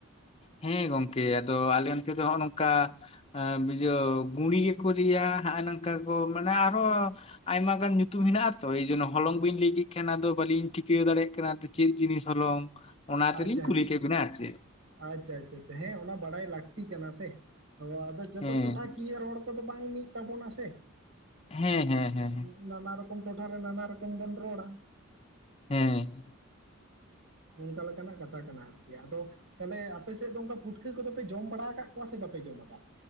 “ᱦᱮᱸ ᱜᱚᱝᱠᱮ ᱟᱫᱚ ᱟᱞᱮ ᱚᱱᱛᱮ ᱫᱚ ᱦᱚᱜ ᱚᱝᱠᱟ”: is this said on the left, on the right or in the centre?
Left